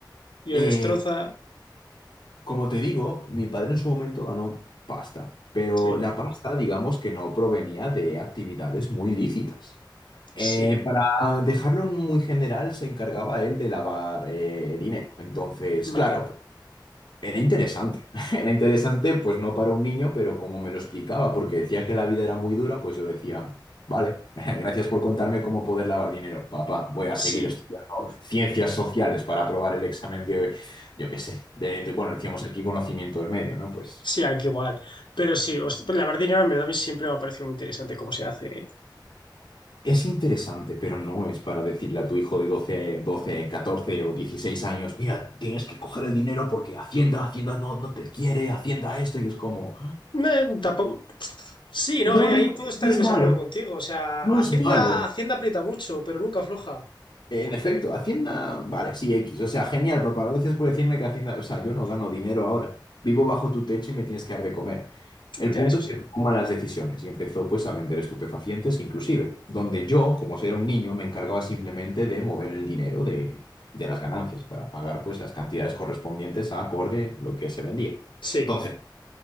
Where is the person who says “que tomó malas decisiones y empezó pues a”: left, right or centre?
Left